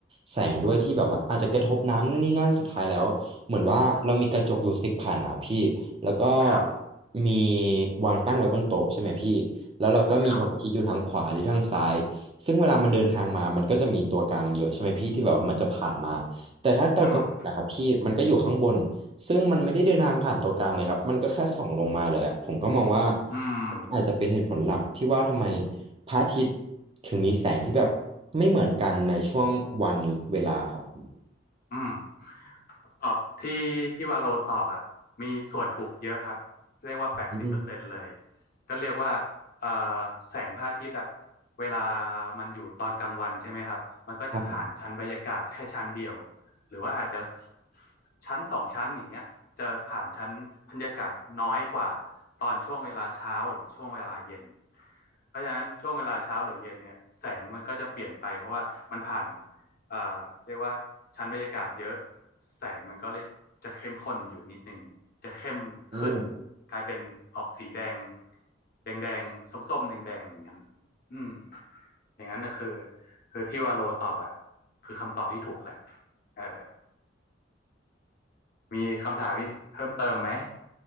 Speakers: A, on the right; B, on the left.
A: แสงด้วยที่แบบว่าอาจจะกระทบน้ำนู่นนี่นั่นสุดท้ายแล้วเหมือนว่าเรามีกระจกอยู่สิบแผ่นอะพี่แล้วก็
B: ครับ
A: มีวางตั้งไว้บนโต๊ะใช่ไหมพี่ แล้วเราก็มีดอกคิกอยู่ทางขวาหรือทางซ้ายซึ่งเวลามันเดินทางมามันก็จะมีตัวกลางเยอะใช่ไหมพี่ที่แบบมันจะผ่านมา
B: ครับ
A: แต่ถ้าตอนกลางวันนะครับพี่มันก็อยู่ข้างบน
B: อืม
A: ซึ่งมันไม่ได้เดินทางผ่านตัวกลางเลยครับมันก็แค่ส่องลงมาเลยอะผมก็มองว่า
B: อื
A: อาจจะเป็นเหตุผลหลักที่ว่าทำไม
B: ม
A: พระอาทิตย์ถึงมีแสงที่แบบไม่เหมือนกันในช่วงวันเวลาครับผม
B: อืม ตอบที่ที่วาโลตอบอ่ะมีส่วนถูกเยอะครับเรียกว่าแปดสิบเปอร์เซ็นต์เลย
A: อืม
B: ก็เรียกว่าเอ่อแสงพระอาทิตย์อ่ะเวลามันอยู่ตอนกลางวันใช่ไหมครับมันก็จะผ่านชั้นบรรยากาศแค่ชั้นเดียว
A: ครับผม
B: หรือว่าอาจจะชั้นสองชั้นอย่างเงี้ยจะผ่านชั้นบรรยากาศน้อยกว่าตอนช่วงเวลาเช้าหรือช่วงเวลาเย็นเพราะฉะนั้นช่วงเวลาเช้าหรือเย็นเนี่ยแสงมันก็จะเปลี่ยนไปเพราะว่ามันผ่าน อ่าเรียกว่าชั้นบรรยากาศเยอะแสงมันก็เลยจะเข้มข้นอยู่นิดหนึ่งจะเข้มขึ้น
A: อืม
B: กลายเป็นออกสีแดงแดงแดงส้มๆแดงแดงอย่างนั้นอืมอย่างนั้นนะคือคือที่ว่าโลตอบอะคือคำตอบที่ถูกแหละเออมีคำถามีเพิ่มเติมไหม